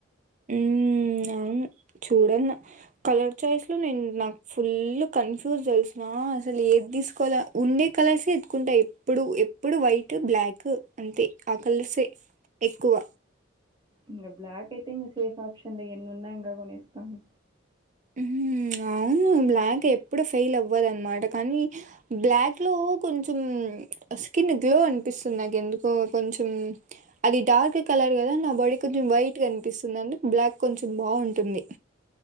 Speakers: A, on the right; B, on the right.
A: ఉమ్మ్ అవును చూడాలన కలర్ చాయిస్ లో నేన్ నాకు ఫుల్ కన్ఫ్యూజ్ తెలిసిన అసలు ఏది తీసుకోవాల ఉండే కలర్సే ఎత్తుకుంటా ఎప్పుడు ఎప్పుడు వైట్ బ్లాక్ అంతే ఆ కలర్సే ఎక్కువ
B: ఇంగా బ్లాక్ అయితే ఇంగా సేఫ్ ఆప్షన్ ఎన్ని ఉన్నా ఇంగా కొనేస్తాము
A: హుమ్మ్ అవును బ్లాక్ ఎప్ ప్పుడు ఫెయిల్ అవ్వదన్నమాట కానీ బ్లాక్ లో కొంచెం స్కిన్ గ్లో అనిపిస్తుంది నాకు ఎందుకో కొంచెం అది డార్క్ కలర్ కదా నా బాడీ కొంచెం వైట్గా అనిపిస్తుంది అంటే బ్లాక్ కొంచెం బాగటుంది